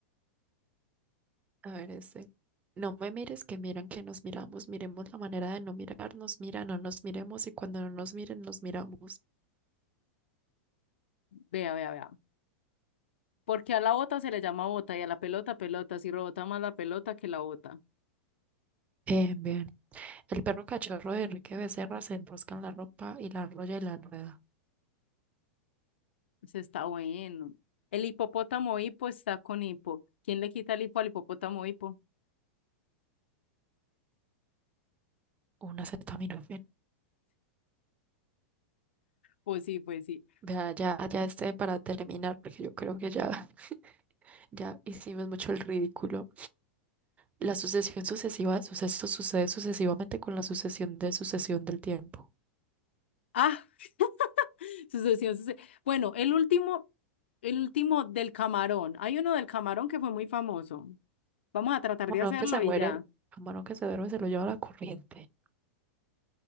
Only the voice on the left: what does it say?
Vea, vea, vea. Porque a la bota se le llama bota y a la pelota pelota, si rebota más la pelota que la bota.
Se está bueno. El hipopótamo hipo está con hipo. ¿Quién le quita el hipo al hipopótamo hipo?
Pues sí, pues sí.
Ah, <laughs> sucesión, suce- Bueno, el último, el último del camarón. Hay uno del camarón que fue muy famoso. Vamos a tratar
de hacerlo
y ya.